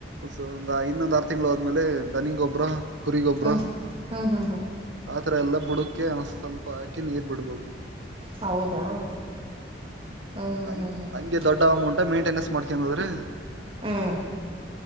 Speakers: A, on the right; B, on the right.
A: ಸ ಐದು ಇನ್ನೊಂದ್ ಆರು ತಿಂಗಳು ಹೋದ್ಮೇಲೆ ಧನಿ ಗೊಬ್ಬರ ಕುರಿ ಗೊಬ್ಬರ
B: ಹ್ಮ್ ಹ್ಮ್ ಹ್ಮ್ ಹ್ಮ್
A: ಆ ಅತರ ಎಲ್ಲ ಬುಡಕೆ ಆಸ ಸ್ವಲ್ಪ ಹಾಕಿ ನೀರ್ ಬಿಡ್ಬೇಕು
B: ಹೌದಾ ಹ್ಮ್ ಹ್ಮ್
A: ಹ
B: ಹ್ಮ್ ಹ್ಮ್
A: ಹಂಗೆ ದೊಡ್ಡ ಅಮೌಂಟ್ ಮೇಂಟೆನೆನ್ಸ್ ಮಾಡ್ಕನ್ದ್ರೀ
B: ಹ್ಮ್